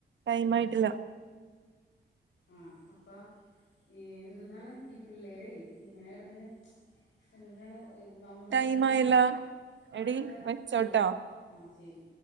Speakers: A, on the right (about 70°); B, on the left (about 85°).
A: ടൈം ആയിട്ടില്ല
B: ആ അപ്പൊ ഏ എന്തെന്നാണ് ഈ പിള്ളേരെ ഇങ്ങനെ കെടന്ന് എന്തുട്ടാണ് നമ്മളെപ്പോഴും
A: ടൈം ആയല്ല
B: ഇ നല്ലതാ
A: എടി വെച്ചോട്ടോ
B: ആ ആ ശെരി